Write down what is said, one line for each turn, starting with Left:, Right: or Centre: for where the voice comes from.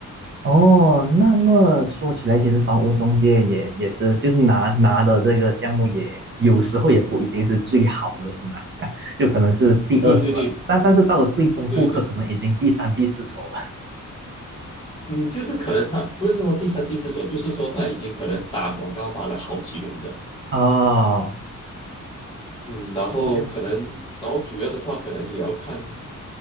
Right: 哦，那么说起来，其实房屋中介也也是，就是拿拿的这个项目也有时候也不一定是最好的，是吗？<laughs> 就可能是第二手了，
Left: 对对对
Right: 但但是到了最终顾客可能已经第三、
Left: 对对，
Right: 第四手了。
Left: 嗯，就是可能他不是说第三、第四手，就是说他已经可能打广告打了好几轮的。
Right: 哦，
Left: 嗯，然后可能，
Right: 这样。
Left: 然后主要的话，可能也要看，